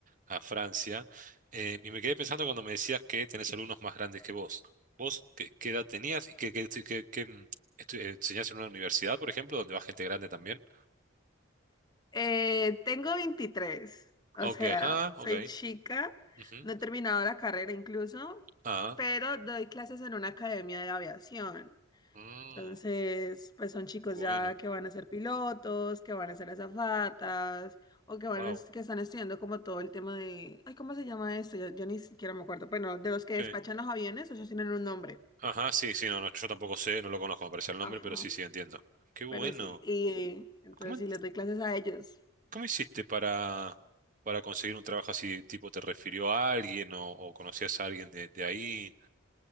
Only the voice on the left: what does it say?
Eh, tengo 23, o
sea,
soy
chica,
no he terminado la carrera incluso,
pero doy clases en una academia de aviación.
Entonces, pues son chicos
ya que van a ser pilotos, que van a ser azafatas, o que van
a est- que están estudiando como todo el tema de, ay, ¿cómo se llama esto? Yo, yo ni siquiera me acuerdo. Bueno, de los que
despachan los aviones, ellos tienen un nombre.
Ajá,
pero sí. Y entonces
sí les doy clases a ellos.